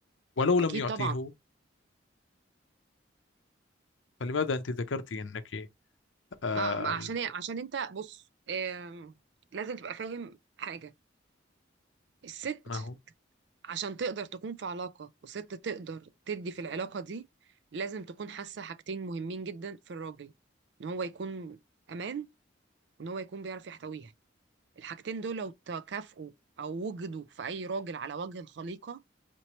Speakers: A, on the left; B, on the right.
A: ولو لم
B: اكيد
A: يعطيه
B: طبعا
A: فلماذا أنت ذكرتي أنك آه
B: ما ما عشان إيه؟ عشان انت بص آم، لازم تبقى فاهم حاجه الست
A: ما هو
B: عشان تقدر تكون في علاقه وست تقدر تدي في العلاقه دي لازم تكون حاسه حاجتين مهمين جدا في الراجل ان هو يكون امان وان هو يكون بيعرف يحتويها الحاجتين دول لو تكافئوا او وجدوا في اي راجل على وجه الخليقه